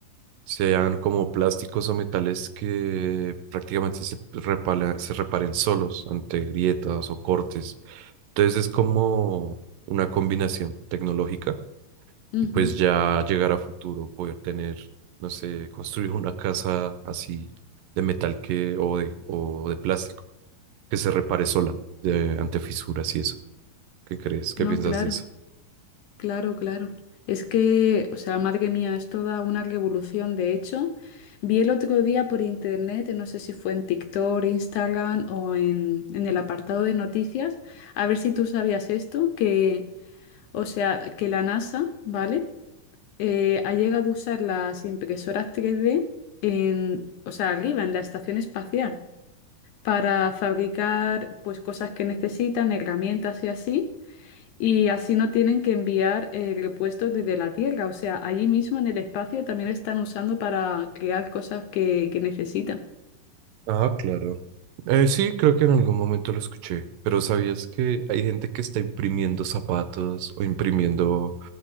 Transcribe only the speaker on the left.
Ujú.
No,
claro.
Claro, claro. Es que, o sea, madre mía, es toda una revolución. De hecho, vi el otro día por internet, no sé si fue en TikTok, Instagram o en, en el apartado de noticias, a ver si tú sabías esto, que, o sea, que la NASA, ¿vale? Eh, ha llegado a usar las impresoras 3D en, o sea, arriba, en la estación espacial, para fabricar, pues, cosas que necesitan, herramientas y así. Y así no tienen que enviar eh, repuestos desde la Tierra. O sea, allí mismo en el espacio también están usando para crear cosas que, que necesitan.